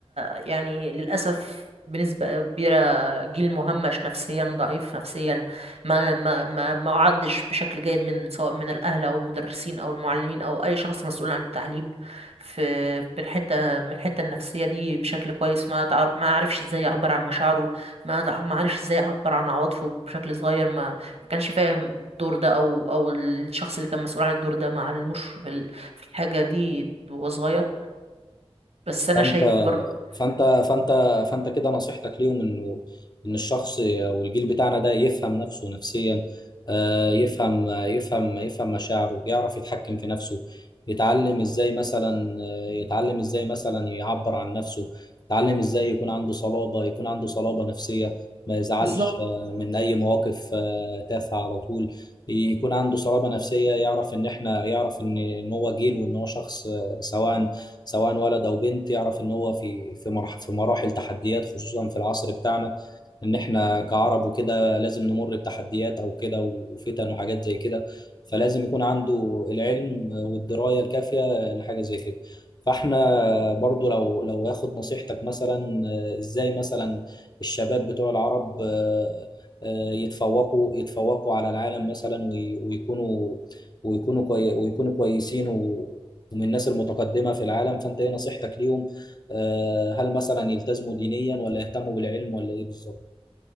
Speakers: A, on the right; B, on the left.
A: آه، يعني للاسف بنسبة كبيرة جيل مهمش نفسيا ضعيف نفسيا ما ما ما ما أعدش بشكل جيد من سواء من الأهل أو المدرسين أو المعلمين أو أي شخص مسؤول عن التعليم في في الحتة من الحتة النفسية دي بشكل كويس ما تعر ما عرفش إزاي يعبر عن مشاعره ما تع- ما عرفش إزاي يعبر عن عواطفه بشكل صغير ما ما كانش فاهم الدور ده أو أو الشخص اللي كان مسؤول عن الدور ده ما علموش في ال- في الحاجة دي وهو صغير بس انا
B: فأنت
A: شايف برضه
B: فانت فانت فانت كده نصيحتك ليهم انه ان الشخص او الجيل بتاعنا ده يفهم نفسه نفسيا آه، يفهم يفهم يفهم مشاعره يعرف يتحكم في نفسه يتعلم ازاي مثلا آه، يتعلم ازاي مثلا يعبر عن نفسه يتعلم ازاي يكون عنده صلابة يكون عنده صلابة نفسية ما يزعلش
A: بالظبط
B: آه، من اي مواقف آه، تافهة على طول يكون عنده صلابة نفسية يعرف ان احنا يعرف ان إن هو جيل وان هو شخص آه، سواء سواء ولد او بنت يعرف ان هو في في مرح- في مراحل تحديات خصوصا في العصر بتاعنا ان احنا كعرب وكده لازم نمر بتحديات او كده وفتن وحاجات زي كده فلازم يكون عنده العلم والدراية الكافية لحاجة زي كده فاحنا برضو لو لو اخد نصيحتك مثلا آه، ازاي مثلا الشباب بتوع العرب آه، آه، يتفوقوا يتفوقوا على العالم مثلا وي- ويكونوا ويكونوا كوي ويكونوا كويسين و- ومن الناس المتقدمة في العالم فانت ايه نصيحتك ليهم آه، هل مثلا يلتزموا دينيا ولا يهتموا بالعلم ولا ايه بالظبط